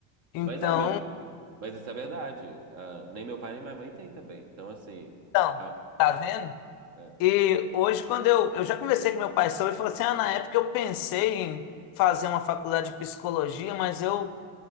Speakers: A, on the left; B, on the right.
A: Então,
B: Mas é, meu, mas isso é verdade. Ah, nem meu pai nem minha mãe tem também. Então, assim,
A: então,
B: é,
A: tá vendo?
B: é,
A: E hoje, quando eu, eu já conversei com meu pai sobre, ele falou assim: ah, na época eu pensei em fazer uma faculdade de psicologia, mas eu